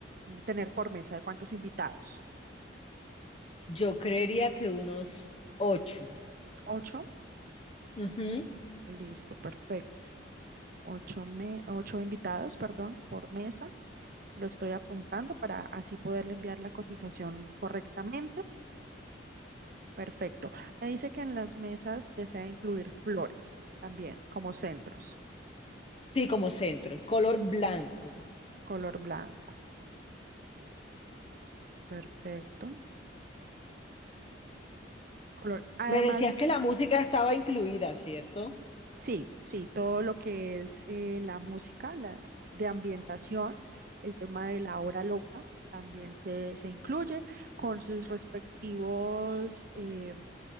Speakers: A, on the right; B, on the left.
A: eh, tener por mesa? ¿De cuántos invitados?
B: Yo creería que unos ocho.
A: ¿Ocho?
B: Ujú.
A: Listo, perfecto. Ocho, me- ocho invitados, perdón, por mesa. Lo estoy apuntando para así poderle enviar la cotización correctamente. Perfecto. Me dice que en las mesas desea incluir flores también, como centros,
B: Sí, como centros, color blanco.
A: color blanco. Perfecto. Color. Además
B: Me decías que la música estaba incluida, ¿cierto?
A: Sí, sí, todo lo que es eh, la música, la de ambientación, el tema de la hora loca también se, se incluye con sus respectivos, eh,